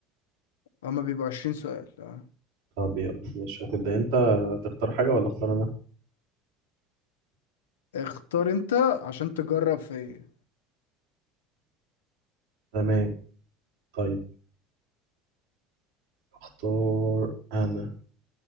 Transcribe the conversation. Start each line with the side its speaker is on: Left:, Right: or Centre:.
Left: هما بيبقوا 20 سؤال اه.
Right: طب يلا مش هتبدا انت تختار حاجه ولا اختار انا
Left: اختار انت عشان تجرب فيا
Right: تمام طيب اختار انا